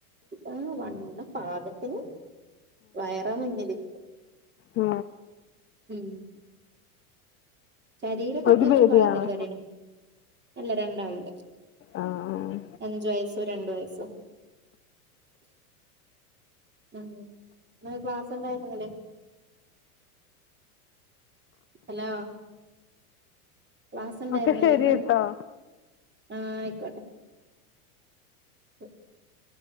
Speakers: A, on the right; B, on the left.
A: ആഹ് വണ്ണം പാകത്തിന് വയറാ മുന്നില്
B: ആ
A: ഉം ശരീരൊക്കെ
B: ഒരു
A: അത്യാവശ്യം
B: ബേബിയാണോ
A: പാകത്തിനു താടിയെന്നെ അല്ല രണ്ടാള്ണ്ട്
B: ആഹ് ആഹ്
A: അഞ്ചു വയസ്സും രണ്ട് വയസ്സും ഉം ഇന്ന് ക്ലാസ് ണ്ടായിരുന്നില്ലേ ഹലോ ക്ലാസ് ഉണ്ടായിരുന്നില്ലേ
B: ഒക്കെ ശെരി
A: ഇന്ന്
B: ട്ടോ
A: ആ ആയിക്കോട്ടെ <inaudible>